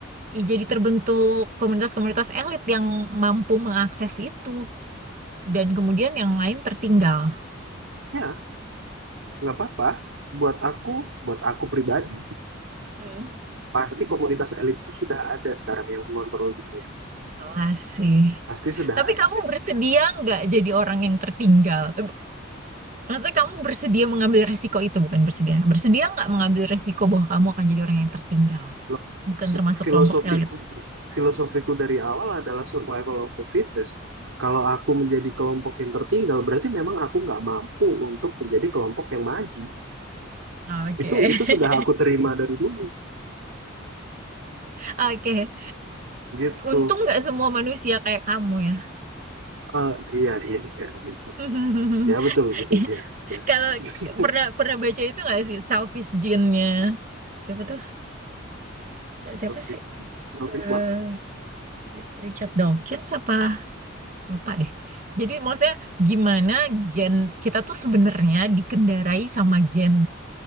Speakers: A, on the right; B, on the right.
A: ya jadi terbentuk komunitas-komunitas elit yang mampu mengakses itu dan kemudian yang lain tertinggal.
B: Ya, nggak apa-apa. Buat aku, buat aku pribadi,
A: Hmm.
B: pasti komunitas elit itu sudah ada sekarang yang mengontrol dunia.
A: Jelas sih.
B: Pasti sudah
A: Tapi
B: ada.
A: kamu bersedia nggak jadi orang yang tertinggal? Eh, Maksudnya kamu bersedia mengambil resiko itu, bukan bersedia. Bersedia nggak mengambil resiko bahwa kamu akan jadi orang yang tertinggal?
B: Lo-
A: Bukan
B: se-
A: termasuk
B: Filosofiku,
A: kelompok elit.
B: filosofiku dari awal adalah survival of the fittest. Kalau aku menjadi kelompok yang tertinggal, berarti memang aku nggak mampu untuk menjadi kelompok yang maju.
A: Oke.
B: Itu itu
A: <laughs>
B: sudah aku terima dari dulu,
A: Oke,
B: gitu.
A: untung nggak semua manusia kayak kamu ya.
B: Eh, iya, iya, iya, gitu.
A: <laughs>
B: Ya betul, betul, iya, iya.
A: Kalau
B: <laughs>
A: pernah pernah baca itu nggak sih selfish gene-nya? Siapa tuh? Eh, Siapa
B: Selfish,
A: sih?
B: selfish
A: Eh,
B: what?
A: Ri- Richard Dawkins apa? Lupa deh. Jadi maksudnya gimana gen kita tuh sebenarnya dikendarai sama gen.